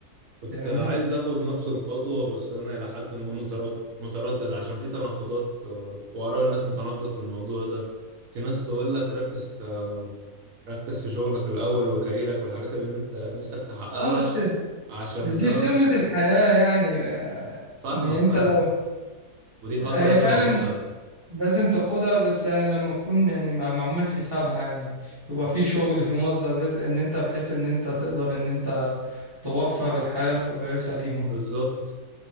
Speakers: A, on the right; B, on the right.
A: كنت
B: فاهمني
A: عايز اخد نفس الخطوة بس انا الى حد ما مترد- متردد عشان في تناقضات آه، واراء الناس متناقضة في الموضوع ده في ناس تقول لك ركز في ركز في شغلك الاول وكاريرك والحاجات اللي انت نفسك تحققها
B: اه بس
A: عشان
B: بس دي
A: ده
B: سنة الحياة يعني
A: فاهمك
B: يعني انت
A: فاهمك
B: لو
A: ودي
B: هي
A: خطوة لازم
B: فعلا
A: اخدها
B: لازم تاخدها بس يعني لما تكون يعني مع- معمول حسابها يعني يبقى في شغل في مصدر رزق ان انت بحيث ان انت تقدر ان انت توفر الحياة الكويسة ليهم
A: بالظبط